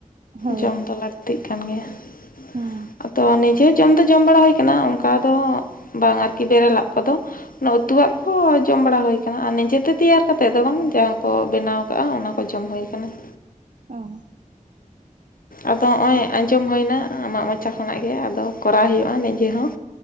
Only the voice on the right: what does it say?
ᱦᱳᱭ
ᱦᱩᱸ
ᱚ